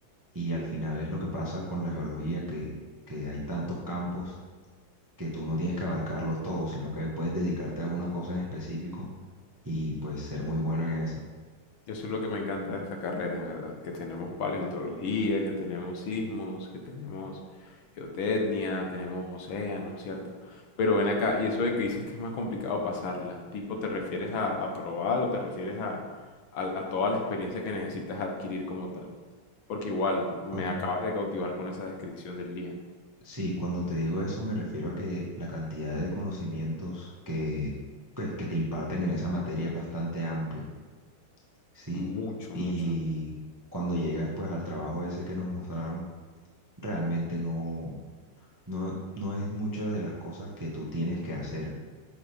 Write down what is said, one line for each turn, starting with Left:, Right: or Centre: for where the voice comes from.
Right: y al final es lo que pasa con la geología, que, que hay tantos campos que tú no tienes que abarcarlos todos, sino que puedes dedicarte a una cosa en específico y pues ser muy bueno en eso.
Left: Eso es lo que me encanta de esta carrera, la ¿verdad? Que tenemos paleontología, que tenemos sismos, que tenemos geotecnia, tenemos océanos, ¿cierto? Pero ven acá, y eso de que dices que es más complicado pasarla, tipo, ¿te refieres a, a probar o te refieres a, a, a toda la experiencia que necesitas adquirir como tal? Porque igual, me
Right: Cuan-
Left: acabas de cautivar con esa descripción del día.
Right: sí, cuando te digo eso me refiero a que la cantidad de conocimientos que, pues, que te imparten en esa materia es bastante amplio, ¿sí?
Left: Mucho,
Right: Y
Left: mucho.
Right: cuando llegas pues al trabajo ese que nos mostraron, realmente no, no, no es mucho de las cosas que tú tienes que hacer,